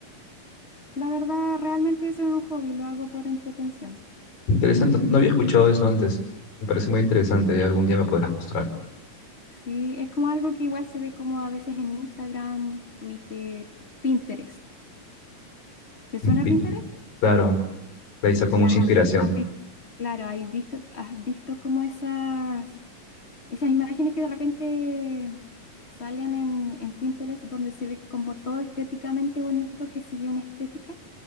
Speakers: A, on the left; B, on the left.
A: la verdad, realmente eso es un hobby, lo hago por entretención.
B: Interesante, no había escuchado eso antes. Me parece muy interesante, ya algún día me podrás mostrar.
A: Sí, es como algo que igual se ve como a veces en Instagram, Twitter, Pinterest. ¿Te suena
B: Pi-
A: Pinterest?
B: Claro, la hizo
A: Ya
B: con mucha inspiración.
A: has, has visto, claro, has visto, has visto como esas Esas imágenes que de repente salen en, en Pinterest donde se ve como todo estéticamente bonito que sigue una estética.